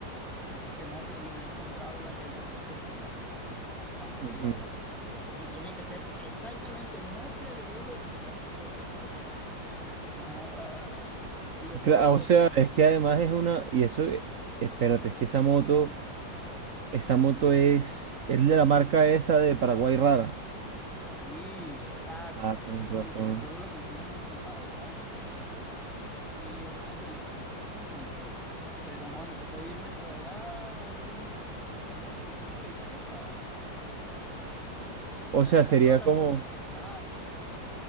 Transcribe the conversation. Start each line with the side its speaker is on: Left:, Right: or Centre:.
Centre: ese, ese mofle y no he encontrado la- el repuesto original, ya, para más
Right: Ujú.
Centre: piedra. Entonces, y tiene que ser exactamente el mofle de él original porque otro no le cabe. Entonces, no, ah, culepeo.
Right: Cla- o sea, es que además es una, y eso, eh, espérate, es que esa moto,
Centre: Ujú.
Right: esa moto es, es de la marca esa de Paraguay rara.
Centre: Sí, exacto.
Right: Ah,
Centre: Entonces,
Right: con
Centre: como
Right: razón.
Centre: que solo lo consiguen en en Paraguay. Y, o sea, en realidad creo que sí la encontré. Pero, joder, me toca irme por allá a un... ¿Cómo? No sé cómo le dicen eso a... Como
Right: O
Centre: donde
Right: sea,
Centre: están
Right: sería
Centre: todas las
Right: como,
Centre: motos sin estradas y todo ese vaina.